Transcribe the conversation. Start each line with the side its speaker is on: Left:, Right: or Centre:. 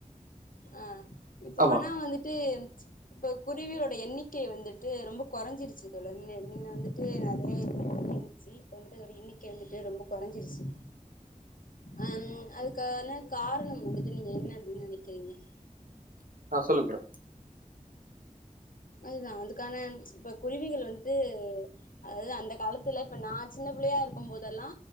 Left: ஆஹ் இப்போ
Right: ஆமா
Left: ஆனா வந்துட்டு இப்போ குருவிகலோட எண்ணிக்க வந்துட்டு ரொம்ப கொறஞ்சிருச்சு தோழன் முன்ன முன்ன வந்துட்டு நெறைய <inaudible> பண்ணுச்சு இப்ப வந்துட்டு அதோட எண்ணிக்க வந்துட்டு ரொம்ப குறஞ்சிருச்சு அஹ்ன் அதுக்கான காரணம் வந்துட்டு நீங்க என்ன அப்டின்னு நினக் க்கிறீங்க
Right: ஆஹ் சொல்லு ப்ரோ
Left: அதுதா அதுக்கான இப்ப குருவிகள் வந்துட்டு அதாவது அந்த காலத்துல இப்ப நா சின்ன பிள்ளையா இருக்கும் போதெல்லா